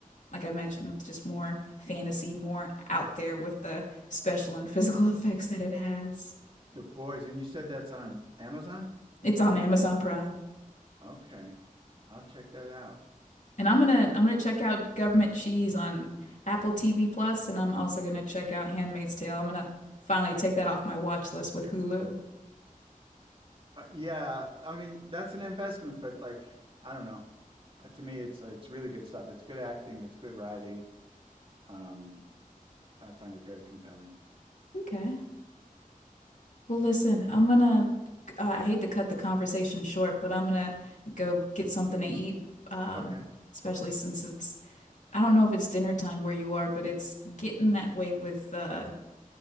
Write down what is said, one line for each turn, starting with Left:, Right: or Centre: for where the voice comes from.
Left: like I mentioned, just more fantasy, more out there with the special and physical <laughs> effects that it has.
Right: The Boys, and you said that's on Amazon
Left: It's
Right: Prime?
Left: on Amazon Prime.
Right: Okay, I'll check that out.
Left: And I'm gonna I'm gonna check out Government Cheese on Apple TV Plus, and I'm also gonna check out Handmaid's Tale. I'm gonna finally take that off my watch list with Hulu.
Right: Uh, yeah, I mean, that's an investment, but like, I don't know. Uh, to me, it's it's really good stuff. It's good acting, it's good writing. Um, I find it very compelling.
Left: Okay. Well, listen, I'm gonna, uh, I hate to cut the conversation short, but I'm gonna go get something to eat. Um,
Right: Okay.
Left: especially since it's, I don't know if it's dinner time where you are, but it's getting that way with, uh,